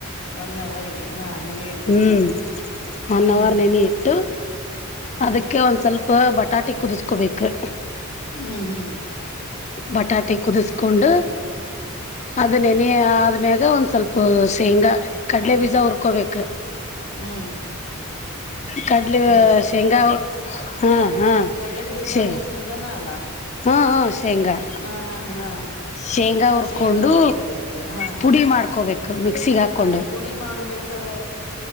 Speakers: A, on the left; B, on the left.
A: ಒನ್ ಅವರ್ಗೆ ಹಾ ನೆನೆ ಇಡ್ಬೇಕ
B: ಹ್ಮ್. ಒನ್
A: ಹ್ಮ್
B: ಅವರ್ ನೆನೆ ಇಟ್ಟು
A: ಹ್ಮ್
B: ಅದಕ್ಕೆ ಒಂದ್ ಸ್ವಲ್ಪ. ಬಟಾಟೆ ಕುದಿಸ್ಕೋಬೇಕು.
A: ಹ್ಮ್ ಹ್ಮ್-
B: ಬಟಾಟೆ ಕುದಿಸ್ಕೊಂಡು. ಅದ ನೆನೆ ಆದ್ಮ್ಯಾಗ ಒಂದ್ ಸ್ವಲ್ಪ ಶೇಂಗಾ ಕಡಲೆ ಬೀಜ ಹುರ್ಕೋಬೇಕ.
A: ಹ್ಮ್
B: ಕಡ್ಲಿ
A: ಇದ
B: ಶೇಂಗಾವು ಹಾ ಹಾ.
A: ಕಡಲೆ ಬೀಜ
B: ಶೇ
A: ಅಂದ್ರ ಶೇಂಗಾನ ಅಲ್ಲ.
B: ಹಾ ಹ ಶೇಂಗಾ.
A: ಹ ಹಾ ಹಾ-
B: ಶೇಂಗಾ ಹುರ್ಕೊಂಡು
A: ಶೇಂಗಾ ಹುರ್ಕೋಬೇಕ ಹಾ
B: ಪುಡಿ ಮಾಡ್ಕೋಬೇಕು ಮಿಕ್ಸಿಗ್ ಹಾಕೊಂಡು.
A: ಅದ ಪುಡಿ ಮಾಡಬೇಕಾರ